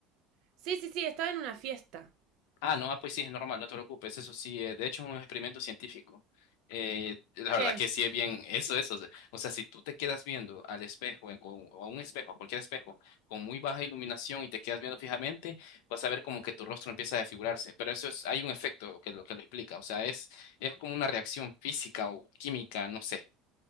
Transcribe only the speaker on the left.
Ah, no, ah, pues sí, es normal, no te preocupes. Eso sí, eh, de hecho es un experimento científico. Eh, la verdad
que sí es bien, eso, eso. O sea, si tú te quedas viendo al espejo, en- con- o a un espejo, a cualquier espejo, con muy baja iluminación y te quedas viendo fijamente, vas a ver como que tu rostro empieza a desfigurarse. Pero eso es, hay un efecto que lo, que lo explica. O sea, es, es como una reacción física o química, no sé.